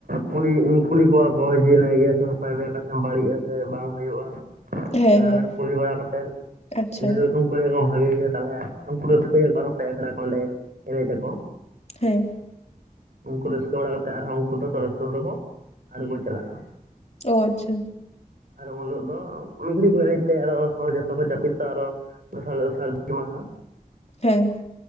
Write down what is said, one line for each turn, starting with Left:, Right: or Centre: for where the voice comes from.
Right: ᱠᱩᱞᱤ ᱠᱩᱞᱤ ᱠᱚᱣᱟ ᱠᱚ ᱡᱮ ᱦᱮᱸᱱᱟᱭ ᱜᱮᱭᱟ ᱥᱮ ᱱᱟᱯᱟᱭ ᱵᱮ ᱥᱮᱢ ᱵᱟᱹᱲᱤᱡ ᱟᱥᱮ ᱵᱟᱝ ᱦᱩᱭᱩᱜ-ᱟ,
Left: ᱦᱮᱸ
Right: ᱟᱨ
Left: ᱦᱮᱸ
Right: ᱚᱱᱟ ᱠᱩᱞᱤ ᱵᱟᱲᱟ ᱠᱟᱛᱮᱫ
Left: ᱟᱪᱪᱷᱟ
Right: ᱨᱚᱠᱚᱢ ᱠᱩᱞᱤ ᱠᱚᱢ ᱵᱷᱟᱜᱮ ᱜᱮᱭᱟ ᱛᱟᱦᱚᱸᱞᱮ ᱩᱱᱠᱩ ᱫᱚ ᱨᱟᱹᱥᱠᱟᱹᱭᱟ ᱠᱚ ᱟᱨᱚ ᱯᱮ ᱮᱷᱲᱟ ᱠᱚ ᱚᱸᱰᱮ ᱮᱱᱮᱡᱟ ᱠᱚ᱾
Left: ᱦᱮᱸ᱾
Right: ᱩᱱᱠᱩ ᱨᱟᱹᱥᱠᱟᱹ ᱵᱟᱲᱟ ᱠᱟᱛᱮᱫ ᱟᱨᱦᱚᱸ ᱩᱱᱠᱩ ᱫᱚ ᱛᱚᱲᱮ ᱥᱩᱛᱟᱹᱢ ᱛᱮ ᱠᱚ ᱟᱲᱜᱳ ᱪᱟᱞᱟᱜ-ᱟ᱾
Left: ᱚ ᱟᱪᱪᱷᱟ᱾
Right: ᱟᱨ ᱩᱱ ᱦᱤᱞᱳᱜ ᱫᱚ, ᱢᱤᱫ ᱜᱷᱟᱹᱲᱤ ᱠᱚ ᱮᱱᱮᱡ ᱛᱮ ᱟᱫᱚ ᱦᱚᱲ ᱡᱚᱛᱚ ᱡᱟᱹᱯᱤᱫ ᱛᱟ ᱟᱨᱚ ᱫᱚᱥᱟᱨ ᱦᱤᱞᱟᱹᱜ ᱫᱚ ᱥᱟᱹᱨᱫᱤ ᱢᱟᱦᱟ᱾
Left: ᱦᱮᱸ᱾